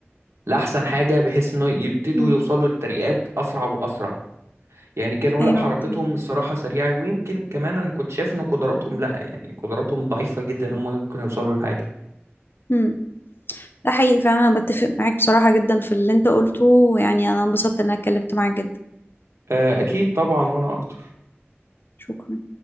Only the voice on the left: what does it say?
مم.
ايوه
تمام
مم. ده حقيقي فعلا انا بتفق معاك بصراحة جدا في اللي انت قلته يعني انا انبسطت ان انا اتكلمت معاك جدا
شكرا